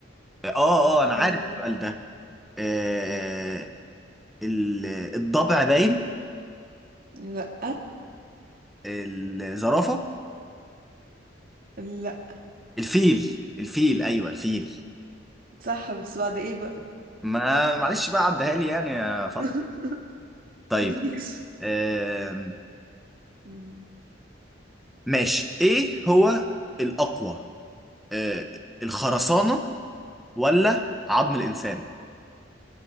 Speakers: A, in the centre; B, on the right.
A: اه اه آه، انا عارف
B: ايوه
A: السؤال ده آه ال- الضبع باين
B: لا
A: الزرافة
B: لا
A: الفيل الفيل ايوه الفيل
B: صح بس بعد ايه بقى
A: ما معلش بقى عدها لي يعني يا فاطمه
B: <laughs>
A: طيب
B: ماشي
A: آم،
B: مم.
A: ماشي ايه هو الاقوى آه، الخرسانه ولا عظم الانسان